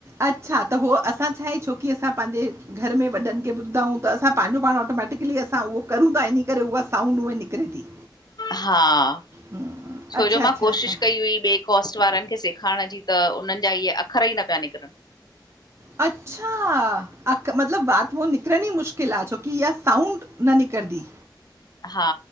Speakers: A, on the right (about 35°); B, on the left (about 60°).
A: अच्छा, त उहो असां छा आहे छोकि असां पंहिंजे घर में वॾनि खे ॿुधाऊं त असां पंहिंजो पाण ऑटोमैटिकली असां उहो करूं था इन करे उहा साउंड उहे निकिरे थी।
B: हा,
A: हम्म,
B: छोजो
A: अच्छा, अच्छा,
B: मां कोशिश
A: अच्छा।
B: कई हुई ॿिए कॉस्ट वारनि खे सेखारण जी त उन्हनि जा इहे अख़र ई न पिया निकिरनि।
A: अच्छा! मतिलब बात उ निकिरणी मुश्किल आ छोकि इय साउंड न निनकरंदी।
B: हा